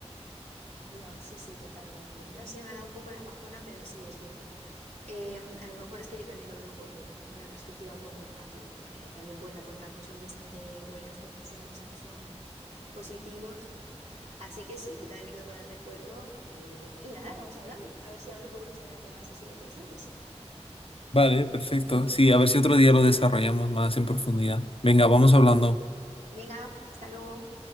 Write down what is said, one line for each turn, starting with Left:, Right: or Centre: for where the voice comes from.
Right: No, sí, sí, totalmente. No sé, me ha dado un poco la bajona, pero sí, es verdad. Em, a lo mejor es que yo también lo veo con una perspectiva un poco negativa, porque también pueden aportar cosas bastante buenas cuando sus mensajes son positivos. Así que sí, yo también me quedo con el recuerdo y, y nada, vamos hablando. A ver si habla- volvemos a hablar de temas así de interesantes.
Left: Vale, perfecto. Sí, a ver si otro día lo desarrollamos más en profundidad. Venga, vamos hablando.
Right: Venga, hasta luego.